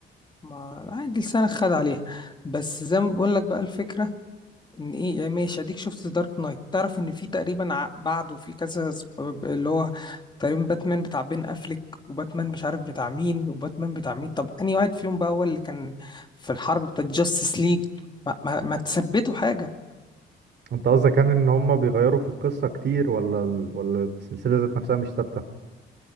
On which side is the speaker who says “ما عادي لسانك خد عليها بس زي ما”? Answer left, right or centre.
Left